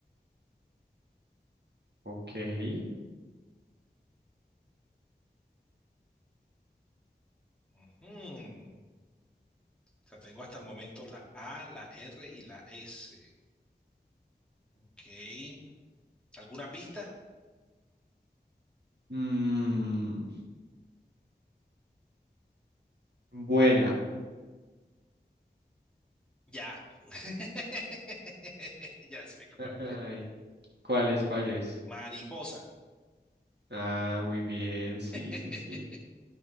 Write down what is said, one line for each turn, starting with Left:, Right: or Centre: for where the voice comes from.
Right: ok.
Centre: Ujú. O sea, tengo hasta el momento la A, la R y la S. Ok. ¿Alguna pista?
Right: Mm, vuela.
Centre: Ya. <laughs> Ya sé cuál
Right: Ay,
Centre: es.
Right: ¿cuál es? ¿Cuál es?
Centre: Mariposa.
Right: Ah, muy bien,
Centre: <laughs>
Right: sí, sí, sí.